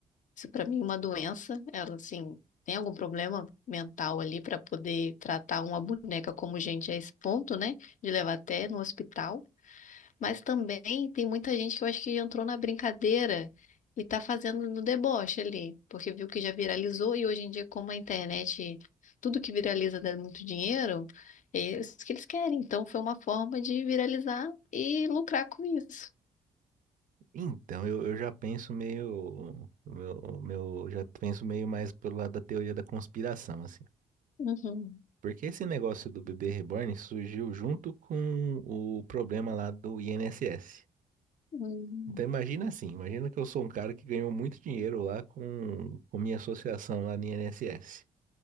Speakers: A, on the left; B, on the right.
A: Isso para mim é uma doença. Ela, assim, tem algum problema mental ali para poder tratar uma boneca como gente a esse ponto, né? De levar até no hospital. Mas também tem muita gente que eu acho que entrou na brincadeira e tá fazendo no deboche ali, porque viu que já viralizou e hoje em dia, como a internet, tudo que viraliza dá muito dinheiro, é isso que eles querem. Então foi uma forma de viralizar e lucrar com isso.
B: então, eu, eu já penso meio, meu, meu, já penso meio mais pelo lado da teoria da conspiração, assim.
A: Uhum.
B: Porque esse negócio do bebê reborn surgiu junto com o problema lá do INSS.
A: Uhum.
B: Então, imagina assim, imagina que eu sou um cara que ganhou muito dinheiro lá com, com minha associação lá no INSS.